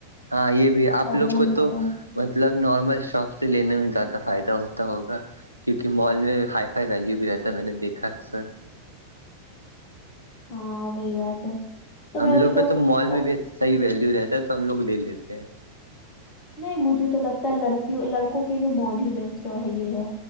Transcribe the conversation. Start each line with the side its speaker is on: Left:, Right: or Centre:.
Right: ہاں یہ
Left: تو
Right: بھی
Left: جی
Right: آپ
Left: پرابلم
Right: لوگ کو
Left: جی رہتا
Right: تو
Left: ہے
Right: مطلب نارمل شاپ سے لینے میں زیادہ فائدہ ہوتا ہوگا کیونکہ مال میں ہائی فائی ویلیو بھی رہتا ہے میں نے دیکھا اکثر
Left: ہاں وہئی بات ہے تو
Right: ہم
Left: میں بھی
Right: لوگ کاہ تو مال میں
Left: اب-
Right: بھی اھا ہی ویلو رہتا ہے تو ہم لوگ لے لیتے ہیں
Left: نہیں مجھے تو لگتا ہے لڑکیوں لڑکوں کے لیے مول ہی بیسٹا ہے یہ ہے